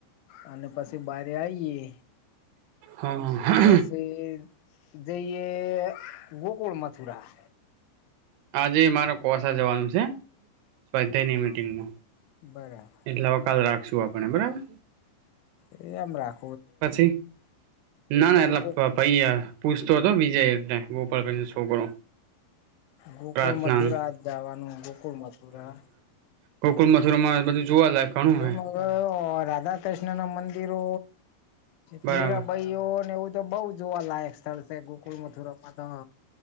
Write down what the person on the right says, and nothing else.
હા
આજે મારે કોસા જવાનું છે સ્વાધયની
મીટિંગમાં
એટલે હવે કાલ રાખશું આપણે બરાબર.
પછી ના
ના એટલા
<unintelligible> પૂછતો હતો વિજય એટલે ગોપાલભાઈ નો છોકરો
પ્રાર્થનાનું
ગોકુલ મથુરામાં
બધું જોવાલાયક ઘણું હે
બરાબર